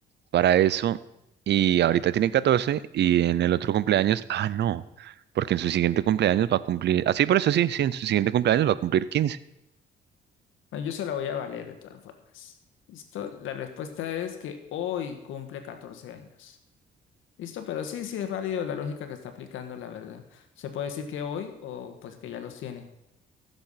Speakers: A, on the right (about 60°); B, on the left (about 80°).
A: para eso. Y ahorita tiene 14 y en el otro cumpleaños, ah, no, porque en su siguiente cumpleaños va a cumplir, así por eso sí, sí, en su siguiente cumpleaños va a cumplir quince
B: Bueno, yo se la voy a valer de todas formas. ¿Listo? La respuesta es que hoy cumple 14 años. ¿Listo? Pero sí, sí es válido la lógica que está aplicando, la verdad. Se puede decir que hoy o pues que ya los tiene.